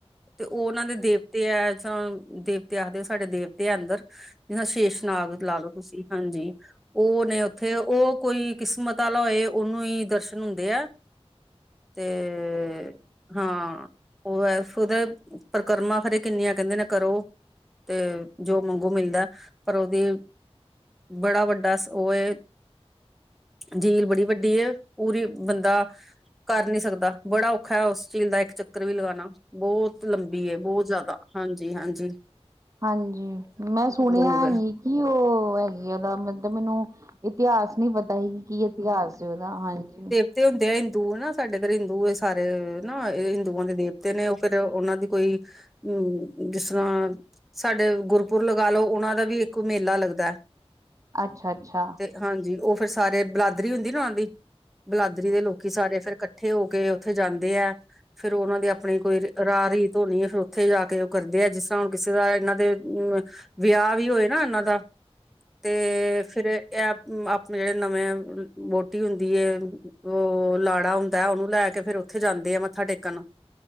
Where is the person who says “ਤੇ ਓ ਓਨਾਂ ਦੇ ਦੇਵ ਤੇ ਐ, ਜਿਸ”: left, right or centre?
Centre